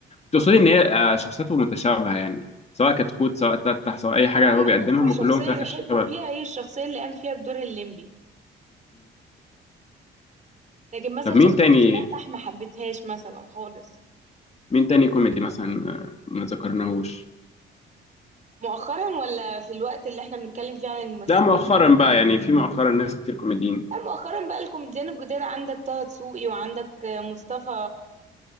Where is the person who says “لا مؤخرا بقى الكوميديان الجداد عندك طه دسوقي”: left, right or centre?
Right